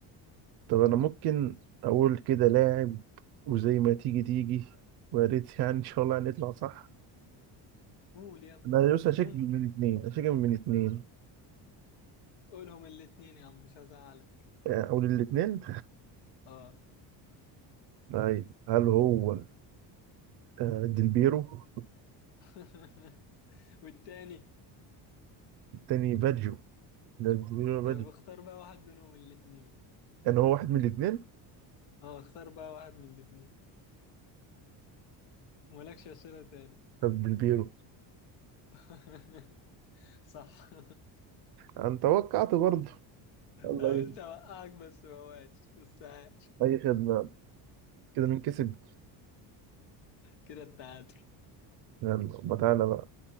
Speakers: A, on the right; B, on the left.
A: طب أنا ممكن أقول كده لاعب وزي ما تيجي تيجي ويا ريت يعني إن شاء الله هنطلع صح
B: قول يلا
A: لا بص هشيك
B: ممكن
A: من الاثنين هشيك من الاثنين
B: قولهم الاتنين يا عم مش هزعلك
A: او للاثنين
B: اه
A: طيب هل هو آه، ديلبيرو
B: <laughs> والتاني
A: التاني باجيو ده ديلبيرو باجيو
B: طب اختار بقى واحد منهم الاتنين
A: يعني هو واحد من الاثنين
B: اه اختار بقى واحد من الاتنين ومالكش اسئلة تاني
A: طب ديلبيرو
B: <laughs> صح <laughs>
A: انا توقعت برضه الله
B: حاولت
A: اي
B: اوقعك بس ما وقعتش بس عاش
A: أي خدمه كده مين كسب
B: كده التعادل
A: يلا ما تعالى بقى